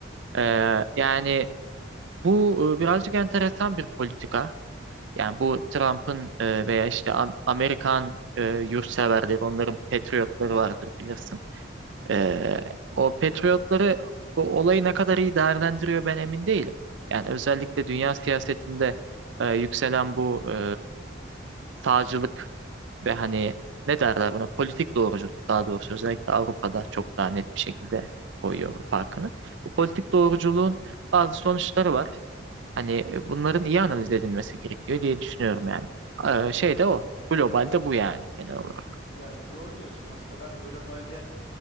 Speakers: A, on the right; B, on the left.
A: E, yani bu e, birazcık enteresan bir politika. Yani bu Trump'ın e,
B: Kesinlikle.
A: veya işte Am- Amerikan e, yurtseverleri, onların patriotları vardır bilirsin. Ee, o Patriotları bu olayı ne kadar iyi değerlendiriyor ben emin değilim. Yani özellikle dünya siyasetinde e, yükselen bu e, sağcılık ve hani ne derler buna politik doğruculuk daha doğrusu özellikle Avrupa'da çok daha net bir şekilde koyuyor farkını. Bu politik doğruculuğun bazı sonuçları var. Hani e, bunların iyi analiz edilmesi gerekiyor diye düşünüyorum yani.
B: Ya-
A: Ee, şey de o. Globalde bu yani genel olarak.
B: Yani doğru diyorsun. Aslında ben globalde